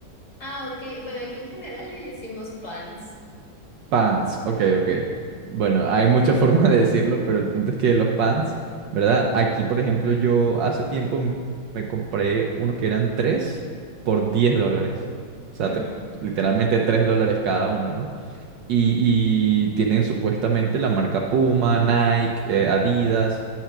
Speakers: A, on the left; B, on the right.
A: Ah, ok. Bueno, aquí en general le decimos pants.
B: Pants, ok, ok. Bueno, hay muchas <laughs> formas de decirlo, pero el punto es que los pants, ¿verdad? Aquí, por ejemplo, yo hace tiempo m- me compré unos que eran tres por 10 dólares. O sea,
A: Ujú,
B: te- literalmente 3 dólares cada uno, ¿no? Y, y tienen supuestamente la marca Puma, Nike, eh, Adidas.